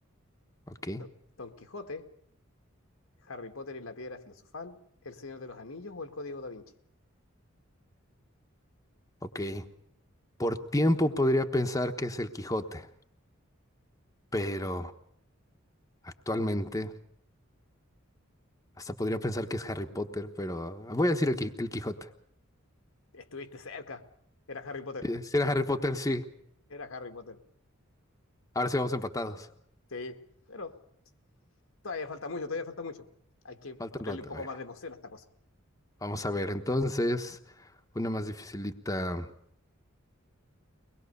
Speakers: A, on the left (about 15°); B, on the left (about 80°).
A: Ok,
B: ¿No? Don Quijote. Harry Potter y la Piedra Filosofal, El Señor de los Anillos o El Código da Vinci.
A: ok. Por tiempo podría pensar que es el Quijote, pero actualmente hasta podría pensar que es Harry Potter, pero voy a decir el, Qui- el Quijote.
B: Estuviste cerca. Era Harry Potter.
A: Eh, Si era Harry Potter, sí.
B: Era Harry Potter.
A: Ahora sí vamos empatados.
B: Sí, pero todavía falta mucho, todavía falta mucho. Hay que ponerle
A: Falta un rato,
B: un poco
A: a ver.
B: más de emoción a esta cosa.
A: Vamos a ver, entonces, una más dificilita.